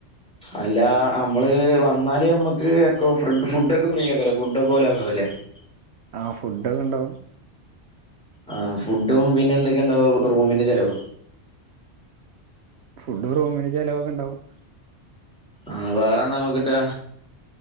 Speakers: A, in the centre; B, on the right.
A: അല്ല നമ്മള് വന്നാല് നമ്മക്ക് എക്കോ ഫ്രൂഡ് ഫുടൊക്കെ ഫ്രീ ആക്കാരം ഫുഡ് ഒക്കെ <unintelligible>
B: ആഹ ഫുഡൊക്കെ ണ്ടാവും
A: ആ ഫുഡും പിന്നെ എന്തൊക്കെയുണ്ടാവ റൂമിന്റെ ചെലവോ
B: ഫുഡ് റൂമില് ചിലവൊക്കെണ്ടാവും
A: ആ വേറെന്താ നമ്മക്ക്ട്ടാ